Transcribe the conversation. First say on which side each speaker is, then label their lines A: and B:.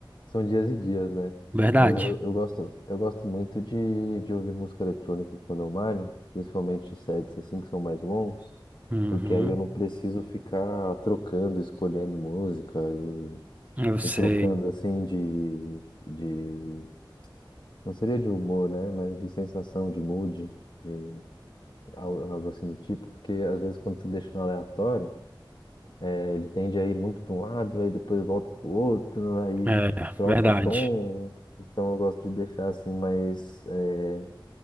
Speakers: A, on the left; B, on the right.
A: são dias e dias, né?
B: Verdade.
A: Mas eu, eu gosto, eu gosto muito de, de ouvir música eletrônica quando eu malho, principalmente sets assim que são mais longos,
B: Uhum,
A: porque aí eu não preciso ficar trocando, escolhendo música e,
B: eu sei.
A: e trocando assim de, de, não seria de humor, né? Mas de sensação, de mood, de algo algo assim do tipo, porque às vezes quando você deixa no aleatório é, ele tende a ir muito para um lado, aí depois volta para o outro, aí
B: É,
A: troca
B: verdade.
A: o tom. Então eu gosto de deixar assim mais é,